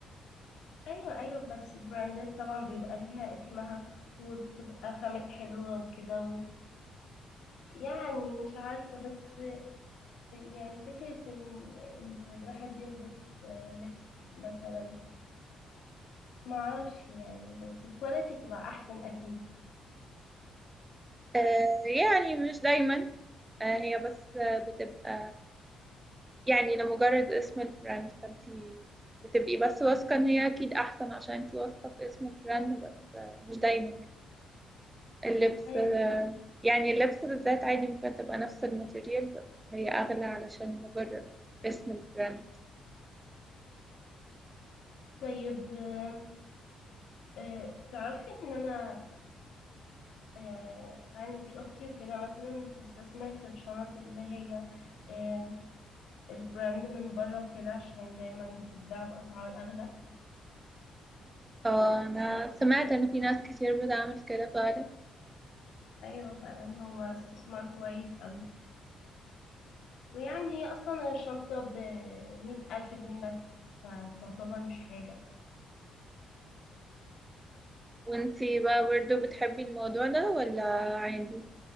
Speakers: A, on the left; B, on the right.
A: ايوه ايوه بس براندات طبعا بيبقى ليها اسمها وبتبقى خامات حلوه وكده ويعني مش عارفه بس يعني فكرة إن إن الواحد يلبس آه، لبس مثلا معرفش يعني بس الكواليتي بتبقى أحسن أكيد
B: آه يعني مش دايما آه هي بس آه بتبقى يعني لمجرد اسم البراند فانتي بتبقي بس واثقة ان هي اكيد احسن عشان انتي واثقة باسم البراند بس آه مش دايما يعني. اللبس
A: أيوة
B: آه يعني اللبس بالذات عادي ممكن تبقى نفس الماتيريال بس هي اغلى علشان مجرد اسم البراند
A: طيب آه، آه، تعرفي إن أنا آه، عندي أختي وكده مثلا بتستثمر في الشنط اللي هي آه، البراند من بره وكده عشان دايما بتتباع بأسعار أغلى
B: آه انا سمعت ان في ناس كتير بتعمل كده فعلا
A: أيوة فعلا هو استثمار كويس أوي ويعني هي أصلا الشنطة بمية ألف جنيه بس فتعتبر مش حاجة
B: وانتي بقى برضو بتحبي الموضوع ده ولا عادي